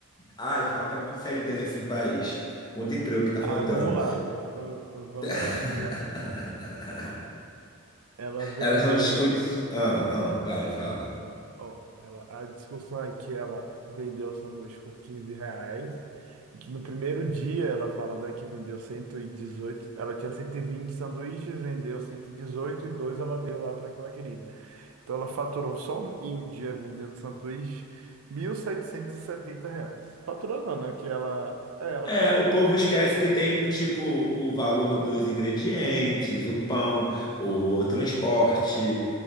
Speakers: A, on the left; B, on the right.
A: Ai, falta muito CLT nesse país. Muito emprego que tá
B: Ah,
A: faltando.
B: vamos lá, v- v- vamos
A: <laughs>
B: lá, vamos lá. Ela vendeu,
A: Elas não discutem. Ah, ah, vai, fala.
B: ó, ela, a discussão é que ela vendeu o sanduíche por 15 reais. E que no primeiro dia ela fala, né, que vendeu cento e dezoito ela tinha 120 sanduíches, vendeu cento e dezoito e dois ela deu lá para aquela querida. Então ela faturou só um, em um dia vendendo sanduíche 1.770 reais. Faturou não, né? Que ela, é, ela
A: É,
B: conseguiu
A: o povo esquece
B: esse valor.
A: que tem, tipo, o valor dos ingredientes, o pão, o transporte,